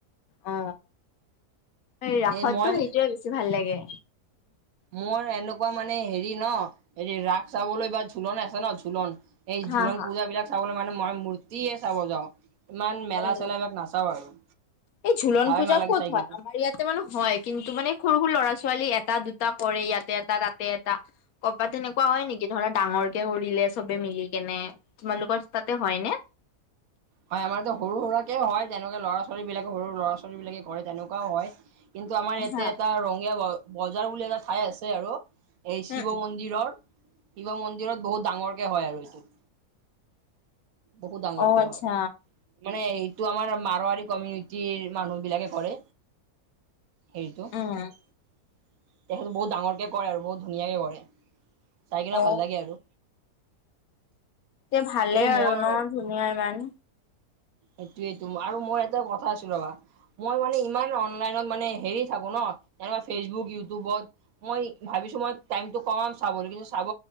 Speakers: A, on the left; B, on the right.
A: অ ৰাসতটো
B: এই মই
A: সেইটোৱে বেছি ভাল লাগে।
B: মোৰ এনেকোৱা মানে হেৰি ন হেৰি ৰাস চাবলৈ বা ঝোলন আছে ন ঝোলন। এই
A: হা
B: ঝোলন
A: হা
B: পূজাবিলাক চাবলে মানে মই মূৰ্তিয়ে চাব যাওঁ। ইমান মেলা
A: অ
B: চেলা এইবিলাক নাচাও আৰু।
A: এই ঝোলন
B: ভালে
A: পূজা
B: নালাগে
A: ক'ত
B: চাই
A: হয়?
B: কিনে
A: আমাৰ ইয়াতে মানে হয়, কিন্তু মানে সৰু-সৰু ল'ৰা ছো ছোৱালী এটা, দুটা পৰে ইয়াতে এটা, তাতে এটা। ক'ৰবাত তেনেকুৱা হয় নেকি? ধৰা ডাঙৰ কে কৰিলে চবে মিলি কেনে, তোমালোকৰ তাতে হয় নে?
B: হয়। আমাৰতো সৰু-সুৰাকে হয়। যেনেকে ল'ৰা ছোৱালী বিলাকে, সৰু ল'ৰা-ছোৱালী বিলাকে কৰে তেনেকুৱাও হয়। কিন্তু আমাৰ ইয়াতে
A: হা
B: এটা ৰঙীয়া, ব বজাৰ বুলি এটা ঠাই আছে আৰু। এই শিৱ
A: উম উম,
B: মন্দিৰৰ শিৱ মন্দিৰত বহুত ডাঙৰকে হয় আৰু এইটোত। বহুত ডাঙৰকে
A: অ আচ্ছা
B: হয়। মানে এইটো আমাৰ মাৰোৱাৰী কমিউনিটিৰ মানুহ বিলাকে কৰে। হেৰিটো
A: উম
B: তেখেতটো বহুত ডাঙৰকে কৰে আৰু বহুত ধুনীয়াকে কৰে। চাই কিনে
A: অ
B: ভাল লাগে আৰু।
A: এ ভালেই
B: এই মোৰ
A: আৰু ন ধুনীয়া ইমান।
B: সেইটোৱে টো আৰু মই এটা কথা আছিল ৰবা। মই মানে ইমান অনলাইনত মানে হেৰি থাকো ন, সেনেকা ফেচবুক, ইউটিউবত। মই ভাবি ভাবিছোঁ মই টাইম টো কমাম চাবলৈ, কিন্তু চাব